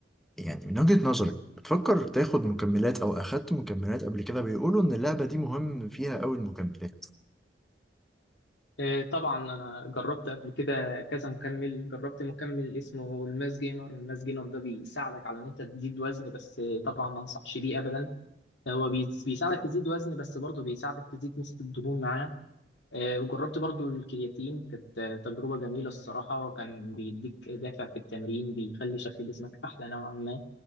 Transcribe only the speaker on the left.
<laughs> آه، طبعا أنا جربت قبل كده كذا مكمل جربت مكمل اسمه الماس جينر الماس جينر ده بيساعدك على إن أنت تزيد وزن بس آه، طبعا ما أنصحش بيه أبدا هو بي- بيساعدك تزيد وزن بس برضه بيساعدك تزيد نسبة الدهون معاه آه، وجربت برضه الكرياتين كانت آه، تجربة جميلة الصراحة كان بيديك دافع في التمرين بيخلي شكل جسمك أحلى نوعا ما